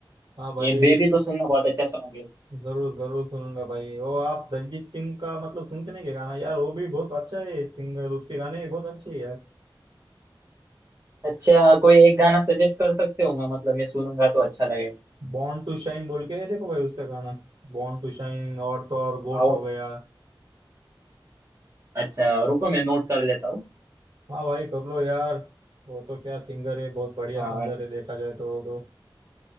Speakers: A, on the right; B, on the right.
A: हाँ भाई
B: ये बेबी तो सुनना बहुत अच्छा सॉन्ग है
A: जरूर जरूर सुनूंगा भाई वो आप दलजीत सिंह का मतलब सुनते नहीं क्या गाना यार वो भी बहुत अच्छा है सिंगर उसके गाने भी बहुत अच्छे हैं यार
B: अच्छा कोई एक गाना सजेस्ट कर सकते हो मैं मतलब मैं सुनूंगा तो अच्छा लगेगा
A: बॉर्न टू शाइन बोल के है, देखो भाई उसका गाना बॉर्न टू शाइन और तो और गोट
B: आओ
A: हो गया
B: अच्छा रुको मैं नोट कर लेता हूँ
A: हाँ भाई कर लो यार वो तो क्या सिंगर है बहुत बढ़िया
B: हाँ
A: सिंगर है देखा जाए तो, तो